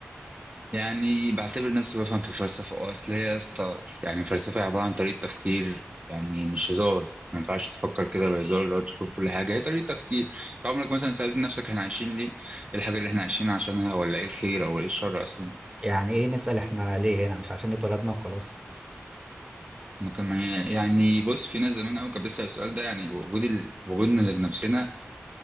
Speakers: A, on the right (about 35°); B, on the right (about 20°).
A: يعني بعتبر نفسي بفهم في الفلسفة اه اصل هي يا اسطى يعني الفلسفة هي عبارة عن طريقة تفكير يعني مش هزار ما ينفعش تفكر كده بهزار اللي هو تشوف كل حاجة هي طريقة تفكير فعمرك مثلا سألت نفسك احنا عايشين ليه؟ ايه الحاجة اللي احنا عايشين عشانها ولا ايه الخير او ايه الشر اصلا؟
B: يعني ايه نسال احنا ليه هنا مش عشان اتولدنا وخلاص
A: ما كان يعني بص في ناس زمان قوي كانت بتسأل السؤال ده يعني وجود ال... وجودنا ذات نفسنا